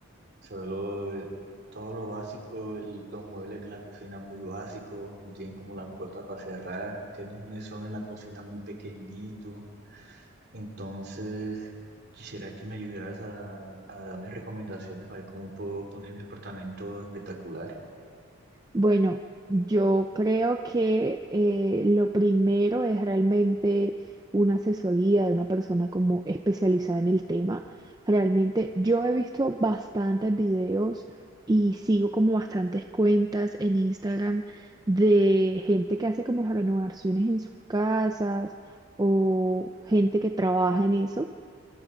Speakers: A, on the right; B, on the right.
A: solo eh, todo lo básico, el- los muebles de la cocina muy básicos, no tienen como la puerta para cerrar, tiene un mesón en la cocina muy pequeñito, entonces quisiera que me ayudaras a, a darme recomendaciones para ver cómo puedo poner mi apartamento espectacular.
B: Bueno, yo creo que eh, lo primero es realmente una asesoría de una persona como especializada en el tema. Realmente yo he visto bastantes videos y sigo como bastantes cuentas en Instagram de gente que hace como renovaciones en sus casas o gente que trabaja en eso.